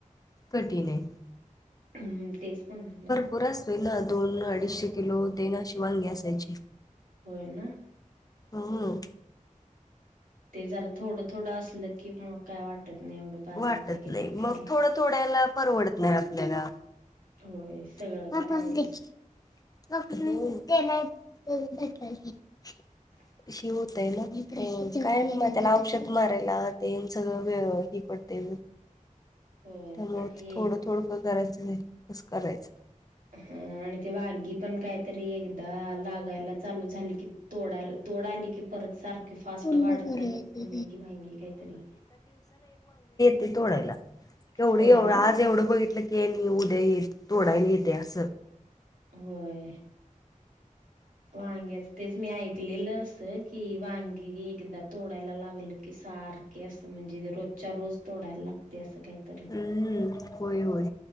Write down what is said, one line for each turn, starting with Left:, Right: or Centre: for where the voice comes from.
Left: कठीण आहे
Right: हम् तेच पण ना.
Left: पुरा स् वेना दोन अडीचशे किलो देना शिवान गॅस यायचे.
Right: होय ना.
Left: हो हो.
Right: ते जरा थोडं थोडं असलं की मग काय वाटत नाही एवढं. बाजारात
Left: वाटत
Right: वगैरे
Left: नाही
Right: विकायला
Left: मग थोडं थोड्याला परवडत नाही आपल्याला.
Right: होय. सगळं
Left: <unintelligible>
Right: काय <unintelligible>
Left: हे होतय ना काय म त्याला औषध मारायला ते सगळं वे हे पडतय.
Right: होय
Left: त्यामुळ
Right: आणि
Left: थोडं थोडं प करायचं कसं करायचं
Right: अ आणि ते वांगी पण काहीतरी एकदा लागायला चालू झाली की तोडायला तोड आली की परत सारखे फास्ट
Left: पूर्ण
Right: वाढत
Left: करायचं
Right: जातात पण नाही की वांगी काहीतरी,
Left: ते तोडायला केवढे
Right: होय
Left: एवढं
Right: ना
Left: आज एवढं बघितलं,, ते नाही उद्या थोडा निरते असस
Right: होय. वांग्याच तेच मी ऐकलेलं असं की वांगी एकदा तोडायला लागलं की सार की असं म्हणजे रोजच्या रोज तोडायला लागतय असं काय? तरी
Left: हम्म होय होय